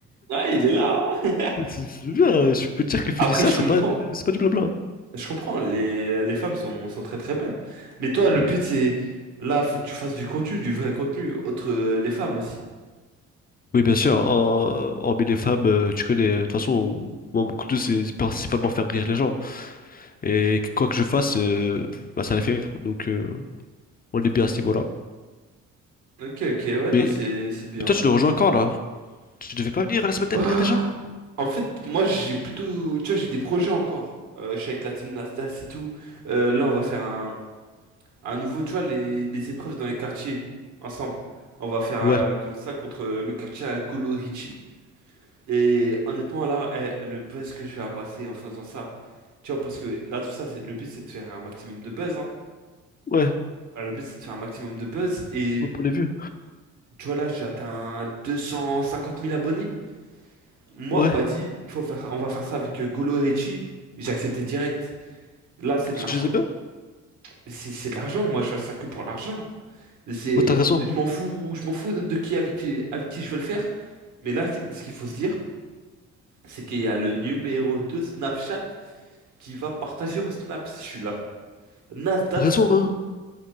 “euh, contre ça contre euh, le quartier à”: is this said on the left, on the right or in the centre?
Right